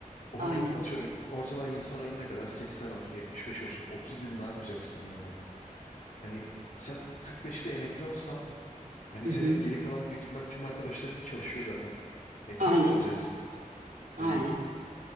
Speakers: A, on the left (about 70°); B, on the right (about 80°).
A: o
B: Aynen.
A: hani atıyorum ortalama insan ömrüne kadar 80 olsun, 75 olsun, 30 yıl ne yapacaksın yani? Hani sen 45'te emekli olsan hani
B: Hı
A: senin
B: hı.
A: geri kalan büyük ihtimal tüm arkadaşların çalışıyor zaten. E tek
B: Aynen.
A: kalacaksın.
B: Aynen.
A: Hani